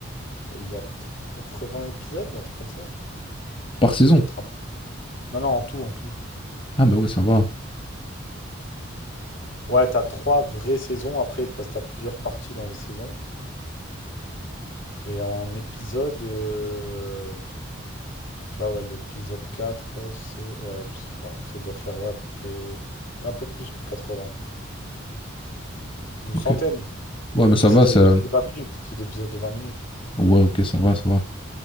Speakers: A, on the left (about 70°); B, on the left (about 25°).
A: et il y a peut-être 80 épisodes, un truc comme ça?
B: Par saison?
A: Peut-être un... Non, non, en tout, en tout.
B: Ah, mais ouais, ça va.
A: En- Ouais, t'as trois vraies saisons, après, parce que t'as plusieurs parties dans les saisons. Et en épisode... euh, Tu vois, ouais, l'épisode 4 c'est. Ouais, je sais pas. Ça doit faire, ouais, à peu près. ouais, un peu plus que 80. Une
B: Ok.
A: centaine.
B: Ouais, mais ça
A: C'est
B: va,
A: des
B: ça.
A: épisodes de 20 minutes. C'est des épisodes de vingt minutes.
B: Ouais, ok, ça va, ça va.